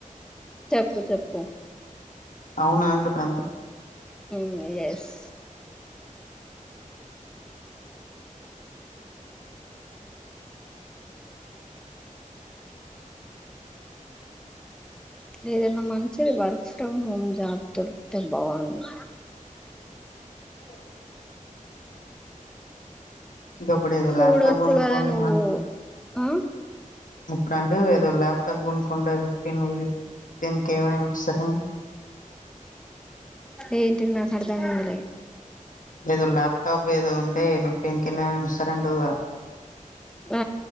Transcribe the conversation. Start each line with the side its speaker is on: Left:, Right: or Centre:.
Centre: చెప్పు చెప్పు
Left: అవునా అంటు గంతే
Centre: మ్ ఎస్ ఏదైనా మంచిది వర్క్ ఫ్రొం హోమ్ జాబ్ దొరికితే బావుండు
Left: హలో గప్పుడేదొ
Centre: చూడొచ్చు
Left: లాప్టాప్ కొనుకుందాం
Centre: కదా నువ్వు
Left: అనుకున్
Centre: ఆ
Left: ఇప్పుడు అంటివి ఎదో లాప్టాప్ కొనుకుంట ఫిఫ్టీన్ది టెన్కి ఏమైన సరే
Centre: ఏంటి నాకు అర్ధం కాలే
Left: ఏదో లాప్టాప్ ఏదొ ఉంటే ఫిఫ్టీన్ కెనో ఇస్తారంటువుగా
Centre: ఆ